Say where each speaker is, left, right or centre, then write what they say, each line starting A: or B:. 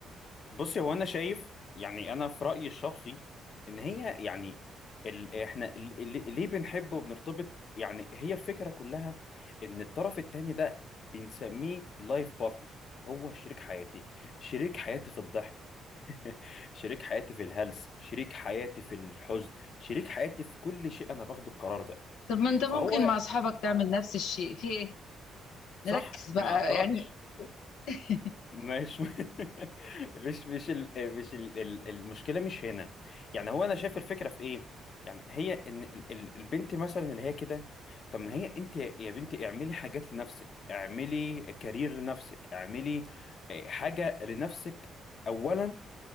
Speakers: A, on the left; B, on the left.
A: بصي هو انا شايف يعني انا في رايي الشخصي ان هي يعني ال... احنا ال... ال- ليه بنحب وبنرتبط يعني هي الفكره كلها ان الطرف التاني ده بنسميه لايف بارتنر هو شريك حياتي شريك حياتي في الضحك <laughs> شريك حياتي في الهلس شريك حياتي في الحزن شريك حياتي في كل شيء انا باخد القرار ده
B: طب ما أنت ممكن
A: فهو
B: مع أصحابك تعمل نفس الشيء في إيه
A: صح
B: نركز بقى
A: ما اعترضتش
B: يعني <laughs>
A: مش <laughs> مش مش ال... مش ال... ال- المشكله مش هنا يعني هو انا شايف الفكره في ايه يعني هي ان ال- ال- البنت مثلا اللي هي كده طب ما هي انت يا بنتي اعملي حاجات لنفسك اعملي كارير لنفسك اعملي آه، حاجه لنفسك اولا